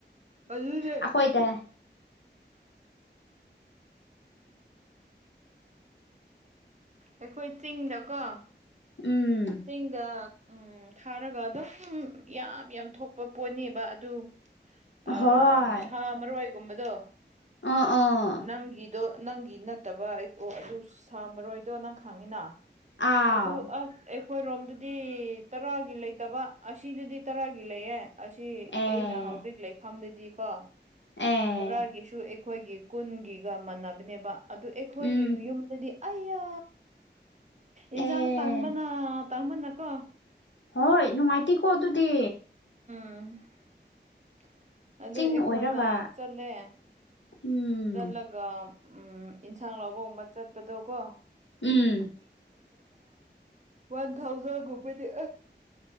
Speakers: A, on the right (about 40°); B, on the left (about 80°).
A: ꯑꯗꯨꯗꯤ
B: ꯑꯩꯈꯣꯏ ꯏꯗ
A: ꯑꯩꯈꯣꯏ ꯆꯤꯡꯗꯀꯣ
B: ꯎꯝ
A: ꯆꯤꯡꯗ ꯎꯝ ꯊꯥꯔꯒ ꯑꯗꯨꯝ ꯌꯥꯝ ꯌꯥꯝ ꯊꯣꯛꯄ ꯄꯣꯠꯅꯦꯕ ꯑꯗꯨ ꯑ
B: ꯍꯣꯏ
A: ꯁꯥ ꯃꯔꯣꯏꯒꯨꯝꯕꯗꯣ
B: ꯑ ꯑꯥ
A: ꯅꯪꯒꯤꯗꯣ ꯅꯪꯒꯤ ꯅꯠꯇꯕ ꯑꯩ ꯑꯗꯨ ꯁꯥꯃꯔꯣꯏꯗꯣ ꯅꯪ ꯈꯪꯉꯤꯅ
B: ꯑꯥꯎ
A: ꯑ ꯑ ꯑꯩꯈꯣꯏꯔꯣꯝꯗꯗꯤ ꯇꯔꯥꯒꯤ ꯂꯩꯇꯕ ꯑꯁꯤꯗꯗꯤ ꯇꯔꯥꯒꯤ ꯂꯩꯌꯦ ꯑꯁꯤ
B: ꯑꯦ
A: ꯑꯩꯅ ꯍꯧꯖꯤꯛ ꯂꯩꯐꯝꯗꯗꯤꯀꯣ
B: ꯑꯦ
A: ꯇꯔꯥꯒꯤꯁꯨ ꯑꯩꯈꯣꯏꯒꯤ ꯀꯨꯟꯒꯤꯒ ꯃꯥꯟꯅꯕꯅꯦꯕ ꯑꯗꯨ ꯑꯩꯈꯣꯏꯒꯤ
B: ꯎꯝ
A: ꯌꯨꯝꯗꯗꯤ ꯑꯩꯌꯥ ꯏꯟꯁꯥꯡ
B: ꯑꯦ
A: ꯇꯥꯡꯕꯅ ꯇꯥꯡꯕꯅꯀꯣ
B: ꯍꯣꯏ ꯅꯨꯡꯉꯥꯏꯇ ꯀꯣ ꯑꯗꯨꯨꯗꯤ
A: ꯑ ꯑꯗꯨ
B: ꯆꯤꯡ
A: ꯑꯩꯈꯣꯏꯅ
B: ꯑꯣꯏꯔꯒ
A: ꯆꯠꯂꯦ
B: ꯎꯝ
A: ꯆꯠꯂꯒ ꯎꯝ ꯏꯟꯁꯥꯡ ꯂꯥꯎꯧꯕꯒꯨꯝꯕ ꯆꯠꯄꯗꯣ ꯀꯣ
B: ꯎꯝ
A: ꯋꯥꯟ ꯊꯥꯎꯖꯟꯄꯗꯤ